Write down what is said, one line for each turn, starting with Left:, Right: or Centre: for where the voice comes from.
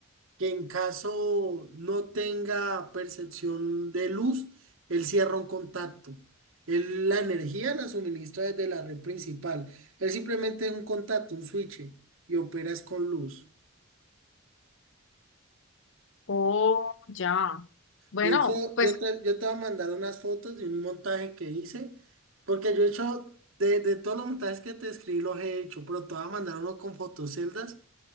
Right: que en caso no tenga percepción de luz, él cierra un contacto. Él la energía la suministra desde la red principal. Él simplemente es un contacto, un switch, y operas con luz.
Left: Oh, ya. Bueno,
Right: De hecho,
Left: pues
Right: yo te, yo te voy a mandar unas fotos de un montaje que hice, porque yo he hecho, de, de todos los montajes que te escribí, los he hecho, pero te voy a mandar uno con fotoceldas.